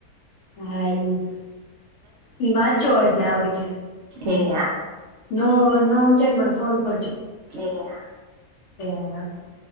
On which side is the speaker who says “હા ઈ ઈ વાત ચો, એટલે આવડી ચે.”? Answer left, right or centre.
Left